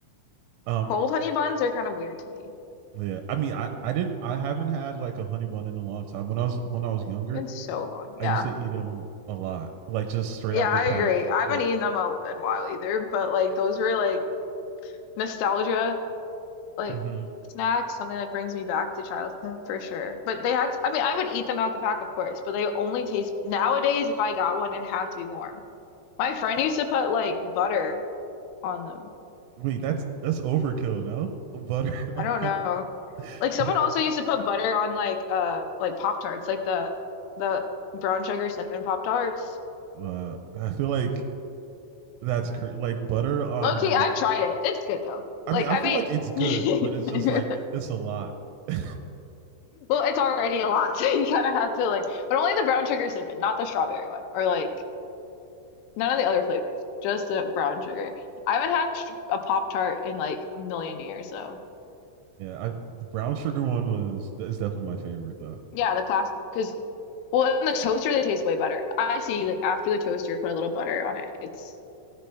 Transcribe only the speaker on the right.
Um,
yeah. I mean, I I didn't I haven't had like a honey bun in a long time. When I was when I was younger,
I used to eat them a lot, like just straight
out
the pack.
Yeah.
hmm
Wait, that's that's overkill, no? Butter <laughs> on
a-
I feel,
uh, I feel like that's cr- like butter on
like
I
mean, I
feel like it's good,
but it's just like
it- it's a lot. <laughs>
yeah, I, the brown sugar one was is definitely my favorite though.